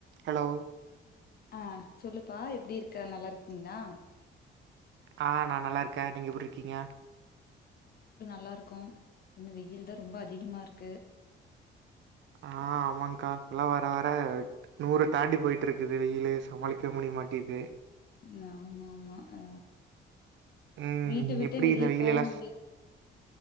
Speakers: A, on the right (about 70°); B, on the left (about 50°).
A: Hello
B: அ சொல்லுப்பா எப்டி இருக்க நல்லா இருக்கீங்ளா?
A: ஆ நா நல்லாருக்க நீங்க எப்டிருக்கீங்க
B: நல்லாருக்கோ இன்னு வெயில்தா ரொம்ப அதிகமாருக்கு
A: ஆ ஆமாங்க்கா இல்ல வர வர நூறு தாண்டி போயிட்ருக்குது வெயிலு சமாளிக்க முடி மாட்டிது
B: ந ஆமா ஆமா ஆ
A: ம்
B: வீட்ட விட்டு
A: எப்படி
B: வெளிய
A: இந்த வெயிலெல்லாம்
B: போக முடிது
A: ஸ்